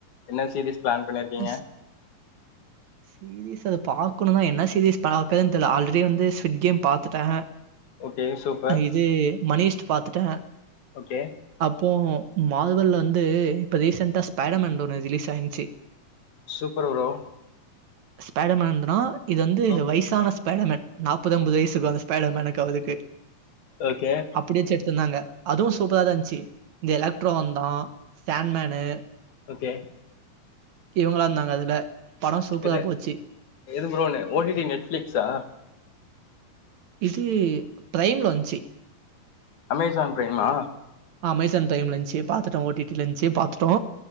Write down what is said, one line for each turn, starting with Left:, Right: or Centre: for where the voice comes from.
Left: என்ன சீரீஸ் பிளான் பண்ணிருக்கீங்க
Right: எஸ் சீரீஸ் அத பாக்கணுன்னா என்ன சீரீஸ் அத பாக்கறதுன் தெர்ல ஆல்ரெடி வந்து ஸ்விட் கேம் பாத்துட்டே
Left: ஓகே சூப்பர்
Right: அ இது மணிஷ்ட் பாத்துட்டே
Left: ஓகே
Right: அப்போ மாதல்ல வந்து இப்ப ரீசெண்டா ஸ்பைடர்மேன்து ஒன்னு ரிலீஸ் ஆயிர்ந்துச்சு
Left: சூப்பர் ப்ரோ
Right: ஸ்பைடர்மேன்தா இது வந்து
Left: ம்
Right: வயசான ஸ்பைடர்மேன் நாப்பது அம்பது வயசுக்கு அந்த ஸ்பைடர்மேன்க்கு ஆவுது
Left: ஓகே
Right: ச் எடுத்துருந்தாங்க அதுவு சூப்பராதா இருந்ச்சு இந்த எலக்ட்ரோ வந்தா சாண்மேன்னு
Left: ஓகே
Right: இவங்களா இருந்தாங்க அதுல படோ சூப்பரா
Left: இது
Right: போச்சு
Left: எது ப்ரோ ஓ டி டி நெட்பிளிக்ஸா
Right: இசி ப்ரைம்ல வன்ச்சு
Left: அமேசான் ப்ரைம்மா
Right: அமேசான் டைம் ல இருந்துச்சு பாத்துட்டோ ஓ டி டி லன்ந்துச்சு பாத்துட்டோ